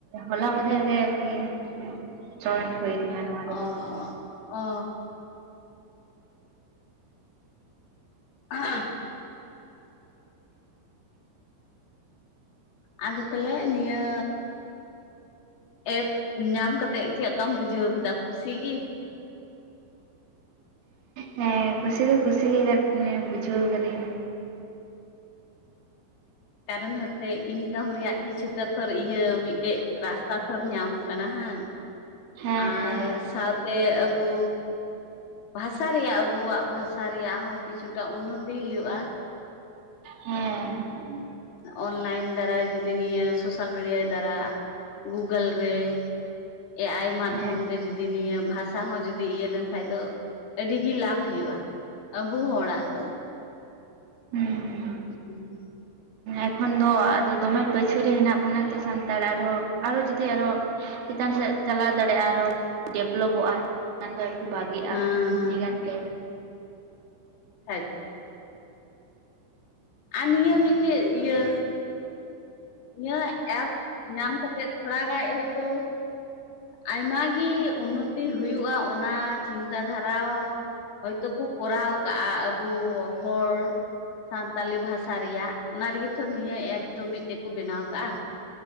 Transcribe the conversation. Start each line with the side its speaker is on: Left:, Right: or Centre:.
Right: ᱦᱚᱞᱟ ᱢᱟᱫᱮᱨ ᱜᱮ ᱟᱨᱠᱤ ᱡᱚᱭᱮᱱᱴ ᱦᱩᱭ ᱠᱟᱱᱟ ᱱᱚᱣᱟ ᱨᱮ
Left: ᱚ ᱚ ᱦ ᱟᱫᱚ ᱛᱟᱞᱮ ᱱᱤᱭᱟᱹ ᱮᱯ ᱧᱟᱢ ᱠᱟᱛᱮᱜ ᱪᱮᱫ ᱞᱮᱠᱟᱢ ᱵᱩᱡᱷᱟᱹᱣ ᱠᱮᱫᱟ ᱠᱩᱥᱤ ᱜᱮ
Right: ᱦᱮᱸ ᱠᱷᱩᱥᱤ ᱫᱚ ᱠᱷᱩᱥᱤ ᱜᱮ ᱵᱩᱡᱷᱟᱹᱣ ᱠᱟᱫᱟᱧ
Left: ᱠᱟᱨᱚᱱ ᱦᱚᱛᱮ ᱤᱱᱠᱟᱢ ᱨᱮᱭᱟᱜ ᱠᱤᱪᱷᱩᱴᱟᱜ ᱛᱚ ᱤᱭᱟᱹ ᱢᱤᱫᱴᱮᱡ ᱨᱟᱥᱛᱟ ᱛᱷᱚᱨ ᱧᱟᱢ ᱠᱟᱱᱟ᱾ ᱦᱮᱸ
Right: ᱦᱮᱸ
Left: ᱟᱨ
Right: ᱦᱮᱸ
Left: ᱥᱟᱶᱛᱮ ᱟᱵᱚ ᱵᱷᱟᱥᱟ ᱨᱮᱭᱟᱜ ᱟᱵᱚᱣᱟᱜ ᱵᱷᱟᱥᱟ ᱵᱟᱥᱟ ᱨᱮᱭᱟᱜ ᱦᱚᱸ ᱠᱤᱪᱷᱩᱴᱟᱜ ᱩᱱᱚᱛᱤ ᱦᱩᱭᱩᱜᱼᱟ᱾
Right: ᱦᱮᱸ
Left: ᱚᱱᱞᱟᱭᱤᱱ ᱫᱟᱨᱟᱭ ᱡᱚᱫᱤ ᱱᱤᱭᱟᱹ ᱥᱳᱥᱟᱞ ᱢᱤᱰᱤᱭᱟᱭ ᱫᱟᱨᱟ ᱜᱩᱜᱟᱞ ᱨᱮ ᱮ ᱟᱭᱤ ᱢᱟᱫᱽᱫᱷᱚᱢ
Right: ᱦᱮᱸ
Left: ᱛᱮ ᱡᱩᱫᱤ ᱱᱤᱭᱟᱹᱢ ᱵᱷᱟᱥᱟ ᱦᱚᱸ ᱡᱩᱫᱤ ᱤᱭᱟᱹ ᱞᱮᱱᱠᱷᱟ ᱫᱚ ᱟᱹᱰᱤ ᱜᱮ ᱞᱟᱵᱷ ᱦᱩᱭᱩᱜᱼᱟ ᱟᱵᱩ ᱦᱚᱲᱟᱜ ᱫᱚ
Right: ᱦᱩᱸ
Left: ᱦᱮᱸ
Right: ᱮᱠᱷᱚᱱ ᱫᱚ ᱟᱫᱚ ᱫᱚᱢᱮ ᱯᱟᱹᱪᱷᱟᱹᱨᱮ ᱦᱮᱱᱟᱜ ᱵᱚᱱᱟ ᱛᱚ ᱥᱟᱱᱛᱟᱲ ᱟᱨᱦᱚᱸ ᱟᱨᱚ ᱡᱩᱫᱤ ᱟᱨᱚ ᱪᱮᱛᱟᱱ ᱥᱮᱫ ᱪᱟᱞᱟᱣ ᱫᱟᱲᱮᱭᱟᱜᱼᱟ ᱟᱨᱚ ᱰᱮᱵᱷᱞᱚᱯᱚᱜᱼᱟᱠᱷᱟᱱ ᱫᱚ ᱵᱷᱟᱹᱜᱮᱜᱼᱟ
Left: ᱦᱮᱸ
Right: ᱟᱹᱰᱤ ᱜᱟᱱ ᱜᱮ
Left: ᱦᱮᱡᱽ ᱟᱨ ᱱᱤᱭᱟᱹ ᱢᱤᱫ ᱴᱮᱱ ᱤᱭᱟᱹ ᱤᱧᱟᱹᱜ ᱮᱯ ᱧᱟᱢ ᱠᱟ ᱠᱟᱛᱮᱜ ᱛᱷᱚᱲᱟ ᱜᱟᱱ ᱦᱳᱭᱛᱳ ᱟᱭᱢᱟ ᱜᱮ ᱩᱱᱱᱚᱛ ᱦᱩᱭᱩᱜᱼᱟ ᱚᱱᱟ ᱪᱤᱱᱛᱟᱹ ᱫᱷᱟᱨᱟ ᱦᱚᱭᱛᱳ ᱠᱚ ᱠᱚᱨᱟᱣ ᱠᱟᱜ ᱟᱵᱚ ᱦᱚᱲ ᱥᱟᱱ ᱛᱟᱞᱤ ᱵᱷᱟᱥᱟ ᱨᱮᱭᱟᱜ ᱚᱱᱟ ᱨᱮᱜᱮ ᱛᱚ ᱱᱤᱭᱟᱹ ᱮᱯ ᱫᱚ ᱢᱤᱫᱴᱮᱡ ᱠᱚ ᱵᱮᱱᱟᱣ ᱟᱠᱟᱫᱼᱟ